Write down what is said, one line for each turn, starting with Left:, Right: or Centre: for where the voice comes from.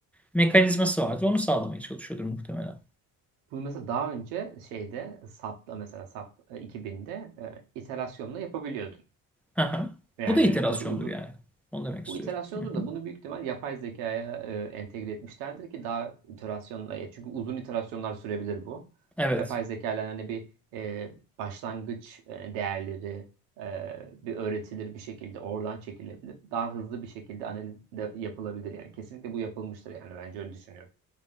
Centre: mekanizması vardır. Onu sağlamaya çalışıyordur muhtemelen.
Right: Bu mesela daha önce şeyde SAP'la mesela SAP e, 2000'de e, iterasyonla yapabiliyordun.
Centre: Hı hı.
Right: Yani
Centre: Bu da iterasyondur
Right: tabii uzun
Centre: yani. Onu demek
Right: bu
Centre: istiyorum.
Right: iterasyondur
Centre: Hı hı.
Right: da bunu büyük ihtimal yapay zekaya e, entegre etmişlerdir ki daha iterasyonla e, çünkü uzun iterasyonlar sürebilir bu.
Centre: Evet.
Right: Yapay zeka ile hani bir e, başlangıç e, değerleri e, bir öğretilir bir şekilde oradan çekilebilir. Daha hızlı bir şekilde analiz de yapılabilir yani. Kesinlikle bu yapılmıştır yani bence öyle düşünüyorum.